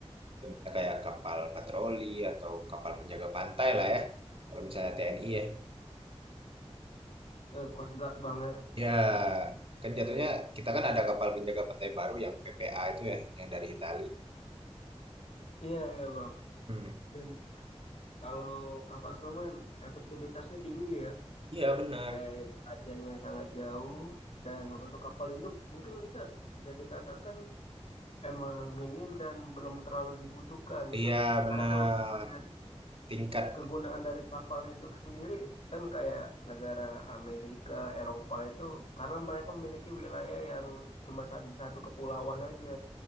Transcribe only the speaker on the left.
Eh, Coast Guard banget
Iya, iya bang.
Dan kalau kapal selam efektivitasnya tinggi ya.
Dari tajamnya sangat jauh. Dan untuk kapal induk mungkin kita bisa dikatakan emang minim dan belum terlalu dibutuhkan.
Karena kalau kita lihat
kegunaan dari kapal induk sendiri kan kayak negara Amerika, Eropa itu karena mereka memiliki wilayah yang cuma sa- di satu kepulauan aja